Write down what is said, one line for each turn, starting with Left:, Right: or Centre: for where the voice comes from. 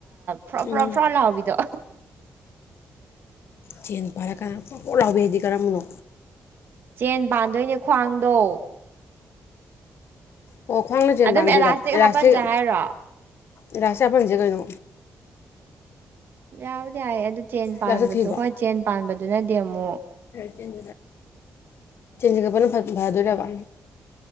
Right: ꯭ꯐꯔꯣ ꯐꯔꯣꯞ
Left: ꯎꯝ
Right: ꯐ꯭ꯔꯣ ꯂꯥꯎꯕꯤꯗꯣ
Left: ꯆꯦꯟ ꯄꯥꯜꯂꯀꯥꯟꯗ ꯐꯔ‌ꯣ ꯐꯔ‌ꯣ ꯂꯥꯎꯕꯤꯗꯤ ꯀꯔꯝꯕꯅꯣ
Right: ꯆꯦꯟ ꯄꯥꯟꯗꯣꯏꯅꯦ ꯈ꯭ꯋꯥꯡꯗꯣ
Left: ꯑꯣ ꯈ꯭ꯋꯥꯡꯅ ꯆꯦꯟ
Right: ꯑꯗꯨꯝ
Left: ꯄꯥꯟꯗꯣꯏꯔꯣ
Right: ꯑꯦꯂꯥꯁꯇꯤꯛ
Left: ꯏꯂꯥꯁꯇꯤꯛ
Right: ꯍꯥꯞꯄꯟꯁꯦ ꯍꯥꯏꯔꯣ
Left: ꯏꯂꯥꯁꯇꯤꯛ ꯍꯥꯞꯐꯟꯁꯦ ꯀꯩꯅꯣ
Right: ꯌꯥꯕꯨꯗꯤ ꯌꯥꯏ ꯑꯗꯨ ꯆꯦꯟ ꯄꯥꯟꯕꯁꯨ
Left: ꯏꯂꯥꯁꯇꯤꯛ ꯊꯤꯕ꯭ꯔꯣ
Right: ꯍꯣꯏ ꯆꯦꯟ ꯄꯥꯟꯕꯗꯨꯅꯗꯤ ꯑꯃꯨꯛ
Left: <unintelligible> ꯆꯦꯟ ꯆꯤꯡꯒꯠꯄꯅ ꯐꯗꯣꯏꯔꯕ